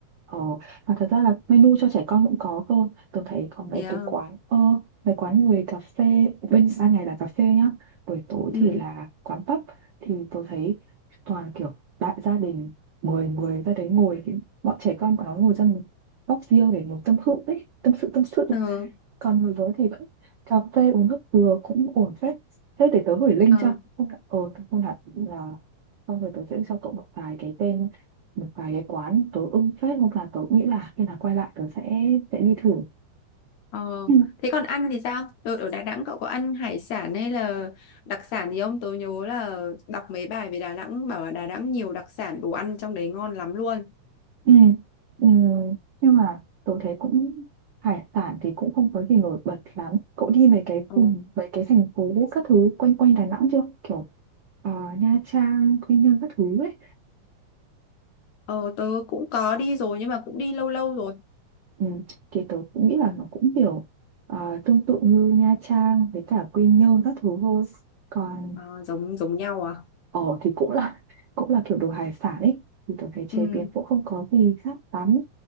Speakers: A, on the right; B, on the left.
A: Ờ, mà thật ra là menu cho trẻ con cũng có cơ. Tôi thấy có mấy
B: Yeah.
A: cái quán, ờ, mấy quán người cà phê, bên ban ngày là cà phê nhá. Buổi tối
B: Ừ.
A: thì là quán pub. Thì tôi thấy toàn kiểu đại gia đình, 10 người ra đấy ngồi. Thì bọn trẻ con bọn nó ngồi ra một góc riêng để ngồi tâm sự ấy, tâm sự tâm sự
B: Ờ,
A: còn người lớn thì vẫn cà phê uống nước dừa cũng ổn phết thế để tớ gửi link
B: ờ,
A: cho không đặt- ờ tớ không đặt là xong rồi tớ sẽ cho cậu một vài cái tên một vài cái quán tớ ưng phết hôm nào tớ nghĩ là khi nào quay lại tớ sẽ sẽ đi thử
B: ờ.
A: nhưng mà
B: Thế còn ăn thì sao? Đợt ở Đà Nẵng cậu có ăn hải sản hay là đặc sản gì không? Tớ nhớ là đọc mấy bài về Đà Nẵng bảo là Đà Nẵng nhiều đặc sản đồ ăn trong đấy ngon lắm luôn.
A: ừ, ừ, nhưng mà tớ thấy cũng hải sản thì cũng không có gì nổi bật lắm cậu đi mấy cái
B: Ờ.
A: vùng mấy cái thành phố các thứ quanh quanh Đà Nẵng chưa kiểu ờ, Nha Trang Quy Nhơn các thứ ấy
B: Ờ tớ cũng có đi rồi nhưng mà cũng đi lâu lâu rồi.
A: Ừ, thì tớ cũng nghĩ là nó cũng kiểu à, tương tự như Nha Trang với cả Quy Nhơn các thứ thôi còn
B: À, giống giống nhau à?
A: ở thì cũng là cũng là kiểu đồ hải sản ấy thì tớ thấy chế
B: Ừ
A: biến cũng không có gì khác lắm